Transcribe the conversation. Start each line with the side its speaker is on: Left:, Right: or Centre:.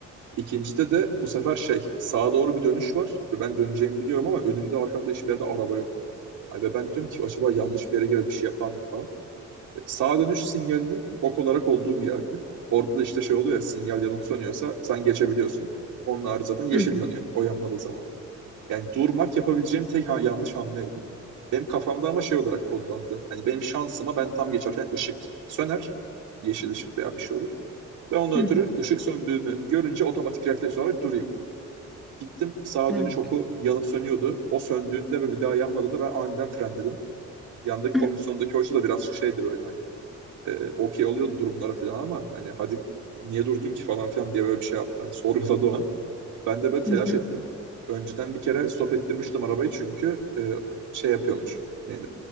Right: İkincide de bu sefer şey sağa doğru bir dönüş var ve ben döneceğimi biliyorum ama önümde arkamda hiçbir yerde araba yok. Ve ben diyorum ki acaba yanlış bir yere girer bir şey yapar mıyım falan. E, Sağa dönüş sinyalinin ok olarak olduğu bir yerdi. Orada da işte şey oluyor ya sinyal yanıp sönüyorsa sen geçebiliyorsun. Onun harici zaten yeşil
Centre: hı
Right: yanıyor o yanmadığı zaman da. Yani durmak yapabileceğim tek ha- yanlış hamleydi. Benim kafamda ama şey olarak kodlandı. Hani benim şansıma ben tam geçerken ışık söner. Yeşil ışık veya bir şey olur. Ve ondan
Centre: hı, hı
Right: ötürü
Centre: hı,
Right: ışık söndüğünü görünce otomatik refleks olarak durayım. Gittim sağa
Centre: evet.
Right: dönüş oku yanıp sönüyordu. O söndüğünde ve bir daha yanmadığında ben aniden frenledim yandaki
Centre: <clears throat>
Right: komisyondaki hoca da biraz şeydi böyle hani e, okey oluyordu durumlara falan ama hani hadi niye durdun ki falan filan diye böyle bir şey yaptı. Hani sorguladı o an. Ben de böyle telaş
Centre: Hı hı,
Right: ettim. Önceden bir kere stop ettirmiştim arabayı çünkü e, şey yapıyormuş. Ne